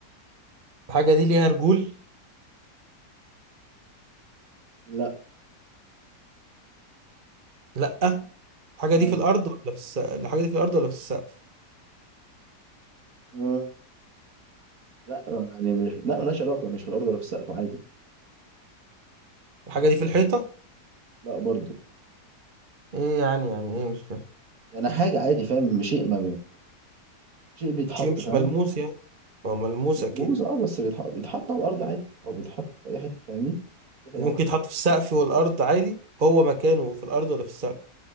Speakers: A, on the right; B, on the right.
A: الحاجة دي ليها رجول
B: لا
A: لأ الحاجة
B: لا
A: دي في الأرض ولا في السقف الحاجة دي في الأرض ولا في السقف
B: آه، لا يعني مش لا ملهاش علاقة مش في الأرض ولا في السقف عادي
A: الحاجة دي في الحيطة
B: لا برضه
A: ايه يعني يعني ايه مش فاهم
B: يعني حاجة عادي فاهم شيء ما بي... شيء بيتحط
A: شيء مش
B: فاهم
A: ملموس يعني هو ملموس أكيد
B: بوز اه بس بيتحط بيتحط على الأرض عادي أو بيتحط في أي حتة فاهمني كده
A: ممكن
B: يعني
A: يتحط في السقف والأرض عادي هو مكانه في الأرض ولا في السقف